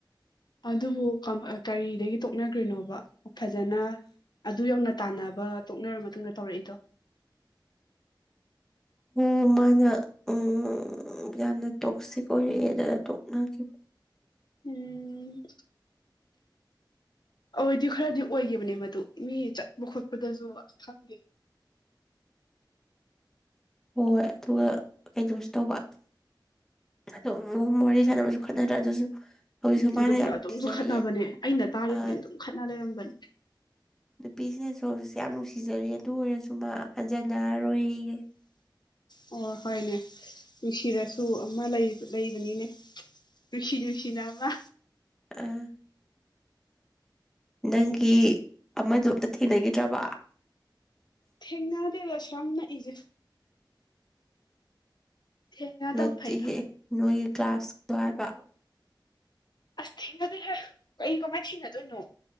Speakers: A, on the left; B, in the centre.
A: ꯑꯗꯨꯕꯨ ꯀꯔꯤꯗꯒꯤ ꯇꯣꯛꯅꯈ꯭ꯔꯤꯅꯣꯕ ꯐꯖꯅ ꯑꯗꯨ ꯌꯧꯅ ꯇꯥꯟꯅꯕ ꯇꯣꯛꯅꯔ ꯃꯇꯨꯡꯗ ꯇꯧꯔꯛꯏꯗꯣ
B: ꯍ ꯃꯥꯅ ꯎꯝ ꯎ ꯌꯥꯝꯅ ꯇꯣꯛꯁꯤ ꯀꯣꯏꯔꯑꯦ ꯑꯗꯨꯅ ꯇꯣꯛꯅꯈꯤꯕ
A: ꯎꯝ ꯑꯣꯏꯗꯤ ꯈꯔꯗꯤ ꯑꯣꯏꯈꯤꯕꯅꯦ ꯃꯗꯨ ꯃꯤ ꯆꯠꯄ ꯈꯣꯠꯄꯗꯁꯨ ꯑꯁ ꯈꯪꯗꯦ
B: ꯍꯣꯏ ꯑꯗꯨꯒ ꯀꯩꯅꯣꯁꯨ ꯇꯧꯕ ꯑꯗꯨ ꯋꯥꯔꯤ ꯁꯥꯟꯅꯕꯁꯨ ꯈꯠꯅꯗ꯭ꯔꯥ ꯑꯗꯨꯁꯨ ꯍꯧꯖꯤꯛꯁꯨ
A: ꯎꯝ
B: ꯃꯥꯅ
A: ꯑꯗꯨꯝ
B: ꯌꯥꯝ
A: ꯑꯗꯨꯝꯁꯨ
B: ꯊꯤꯖꯔꯤ
A: ꯈꯠꯅꯕꯅꯦ ꯑꯩꯅ ꯇꯥꯔꯤ
B: ꯑ
A: ꯈꯨꯗꯤꯡ ꯑꯗꯨꯝ ꯈꯠꯅ ꯂꯩꯔꯝꯕꯅꯦ
B: ꯅꯨꯄꯤꯁꯤꯅꯁꯨ ꯍꯧꯖꯤꯛꯁꯦ ꯌꯥꯝ ꯅꯨꯡꯁꯤꯖꯔꯤ ꯑꯗꯨ ꯑꯣꯏꯔꯁꯨ ꯃꯥ ꯍꯟꯖꯅꯔꯣꯏ
A: ꯑꯣ ꯍꯣꯏꯅꯦ ꯅꯨꯡꯁꯤꯔꯁꯨ ꯑꯃ ꯂꯩꯕꯅꯤꯅꯦ ꯨꯅꯨꯁꯤꯤ ꯨꯁꯤꯃ ꯑꯃ
B: ꯑꯥ ꯅꯪꯒꯤ ꯑꯃꯗꯣ ꯑꯝꯇ ꯊꯦꯡꯅꯈꯤꯗ꯭ꯔꯕ
A: ꯊꯦꯡꯅꯔꯗꯦꯗ ꯁꯝꯅꯏꯁꯦ ꯊꯦꯡꯅꯗꯕ
B: ꯅꯠꯇꯤꯦ
A: ꯐꯩꯗ
B: ꯅꯣꯏꯒꯤ ꯀ꯭ꯂꯥꯁꯗꯥꯏꯕ
A: ꯑꯁ ꯊꯦꯡꯅꯗꯦꯍꯦ ꯀꯩ ꯀꯃꯥꯏ ꯊꯤꯅꯗꯣꯏꯅꯣ